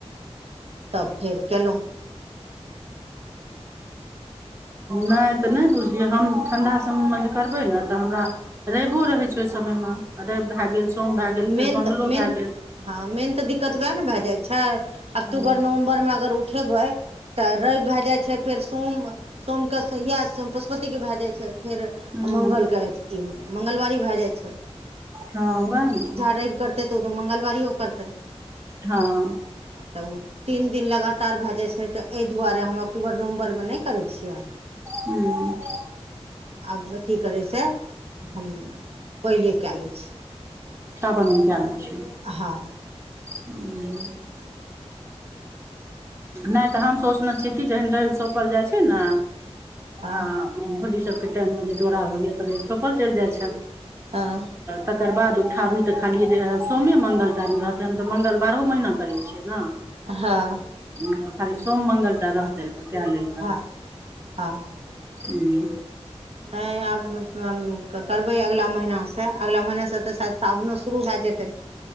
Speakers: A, on the right; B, on the right.
A: तब फेर कयलहुँ
B: नैर त नहि बुझलियै हम ठण्डा समयमे जे करबै ने त हमरा रेवो रहै छैय ओहि समयमे रैव भए गेल सोम भए गेल फेर
A: मेन
B: मंगलो
A: तऽ मेन
B: भए गेल
A: हँ मेन त दिक्कत उएह ने भए जाइ छैय अक्टूबर
B: हँ
A: नवम्बर मे अगर उठेबै त रैव भए जाइ छैय फेर सोम सोमके शुयै पशुपतिके भए जाइ छैय फेर
B: हँ
A: मंगलके अथी ई मंलवारी भए जाइ छैय
B: हँ उएह न
A: रैव करते त ओ मंगलवारियो करतै
B: हँ
A: त ओ तीन दिन लगातार भए जाय छैय त एहि दुआरे हम अक्टूबर नवम्बर नैय करै छी यै
B: ह
A: आब अथी करै हम पहिले कए लै छी
B: सावन में के लै छियै
A: हँ
B: <inaudible> नैय त हम सोचने छियै कि जहन रैव सौंपल जाइ छैय न
A: हँ
B: आ होली सभके टाइममे जे डोड़ा होइए त रैव‌ सोपल चैल जाय छैन
A: आँ
B: तकर बाद उठाबी त खालियए जे सोमे मंगल टा न रहते हम त मंगल बारहो महीना करै छी छियै न
A: हँ
B: ह त खाली सोम मंगल टा रहतै त के लेल करतै
A: हँ हँ
B: हू
A: नहि आब करबै अगिला महिनासँ अगला महहिनासँ त शायद सावनो शुरू भए जेतै